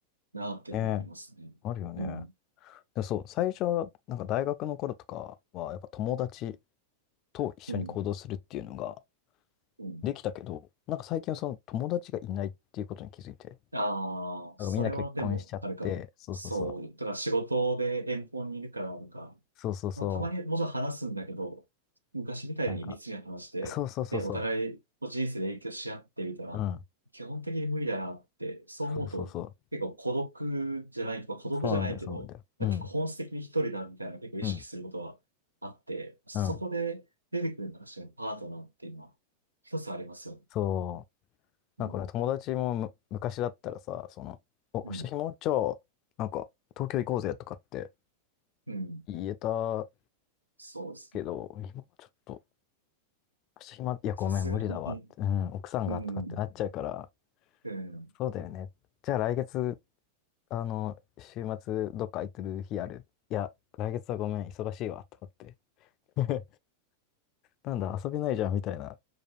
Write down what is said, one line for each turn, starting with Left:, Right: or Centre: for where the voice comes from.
Right: なっていうのはありますね。
Left: ねえ、あるよね。
Right: うん、
Left: で、そう、最初、なんか大学の頃とかは、やっぱ友達と一緒に行動するっていうのが
Right: うん、うん。
Left: できたけど、なんか最近はその友達がいないっていうことに気づいて、
Right: ああ、
Left: なんかみんな結婚しちゃって、
Right: それはでもあるかも。
Left: そうそうそう。
Right: そう。だから仕事で遠方にいるから、なんか、
Left: そうそうそう。
Right: まあ、たまにもちろん話すんだけど、昔みたいに密に話して、
Left: なんか、そうそうそうそう。
Right: で、お互いの人生で影響し合ってみたら、
Left: うん。
Right: 基本的に無理だなって、そう思うと、
Left: そうそうそう。
Right: 結構孤独じゃないとか、孤独じゃないけど、
Left: そうなんだよ、そうなんだよ。
Right: 結構本質的に一人だみたいな結構意識することはあって、
Left: うん。うん。
Right: そこで出てくるのが確かにパートナーっていうのは一つありますよね。
Left: うん。そう。なんかね、
Right: うん。
Left: 友達もむ昔だったらさ、その、お、
Right: うん。
Left: 下もじゃあ、なんか、東京行こうぜとかって
Right: うん。
Left: 言えた
Right: そうですね。
Left: けど、今はちょっと、下暇、いや、ごめん、
Right: さすがに。
Left: 無理だわって、うん、奥さんがとかってなっちゃうから、
Right: うん。うん。
Left: そうだよね。じゃあ来月、あの、週末、どっか空いてる日あるいや、来月はごめん、忙しいわ、とかって。<laughs> なんだ、遊べないじゃん、みたいな。